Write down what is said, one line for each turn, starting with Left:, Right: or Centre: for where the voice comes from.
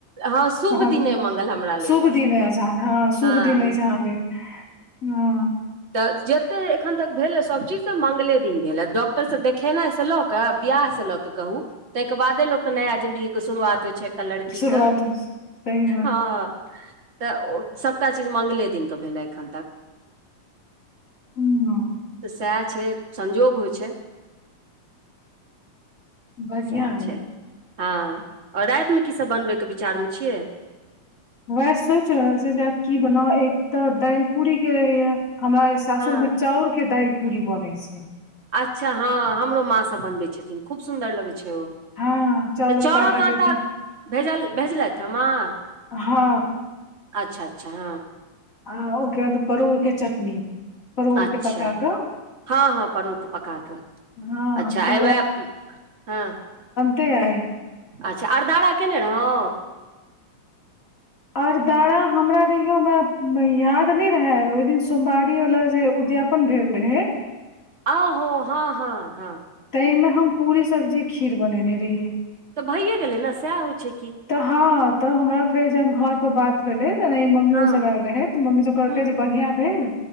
Right: हँ शुभ
Left: तहन
Right: दिन अइ मंगल हमरा
Left: शुभ
Right: लेल
Left: दिन अइछ हँ शुभ
Right: हँ
Left: दिन अइछ अहाँ लेल। हँ।
Right: तऽ जते एखन तक भेलै सब चीज। तऽ मंगले दिन भेलै डॉक्टर सँ देखेनाइ सँ लऽ कऽ बियाह से लऽ कऽ कहू। त‌इके बादे लोकके नया जिन्दगीके शुरुआत होइ छै एकटा लड़कीके
Left: शुरुआत होइत छै। सही बात
Right: हँ। तऽ ओ सभटा चीज मंगले दिन कऽ भेल या एखन तक।
Left: हूँ।
Right: सैह छै संजोग होइ छै।
Left: बढ़िया
Right: सैह
Left: अइ
Right: छै हँ और राएतमे कीसब बनबैके विचारमे छियै।
Left: वैह सोइच रहल छि, जे आब की बनाउ, एक तऽ दाइल पूरी के रहैया हमरा ऐस सासुरमें
Right: हँ
Left: मे चाउर के दाइल पूरी बनै छै।
Right: अच्छा हँ हमरो माँ सब बनबै छथिन, खूब सुन्दर लगै छै ओ।
Left: हँ चाउरक
Right: तऽ चौड़क
Left: आटा
Right: आँटा
Left: के द
Right: भेजल- भेजलैथ ह माॅं।
Left: हँ।
Right: अच्छा- अच्छा हँ।
Left: आ ओके बाद परोरके चटनी परोरके
Right: अच्छा
Left: पका कऽ।
Right: हँ- हँ परोरके पका कऽ
Left: हँ
Right: अच्छा आय
Left: तऽ
Right: वैह हँ।
Left: ते आइ।
Right: अच्छा अरदारा केने रहौं।
Left: अरदारा हमरा रहियो में न‌हि याद नहि रहे ओहि दिन सोमवारी वाला जे उद्याप पन भेल रहै।
Right: आहो हँ- हँ -हँ।
Left: तैमें हम पूरी सब्जी खीर बनेने रहियै।
Right: तऽ भइये गेलै नऽ सैह होइ छै की।
Left: तऽ हँ तऽ हमरा फेर जहन घर पर बात भेलै तना मम्मीयो
Right: हँ
Left: सब एल रहैत तऽ मम्मी सब कहलकै,
Right: हँ
Left: जे बढ़िया भेल